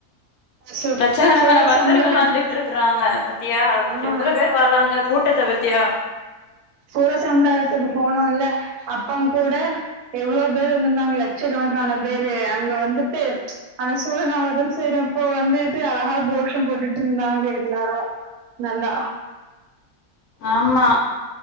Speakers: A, on the right; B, on the left.
A: சு
B: லட்சக்கணக்கான
A: சூரசம்ஹார
B: பக்தர்கள் வந்துட்டு இருக்குறாங்க பாத்தியா
A: ஆ
B: எவ்ளோ பேர் வாராங்க கூட்டத்த பாத்தியா
A: சூர சம்ஹாரத்துக்கு போனோல்ல அப்ப கூட எவ்ளோ பேர் வந்துருந்தாங்லே லட்சக்கணக்கான பேரு அங்க வந்துட்டு அந்த சூரன வதோ செய்ரோப்போ வந்துட்டு அழகா கோஷோ போட்டுட்டு இருந்தாங்க எல்லாரு நல்லா
B: ஆமா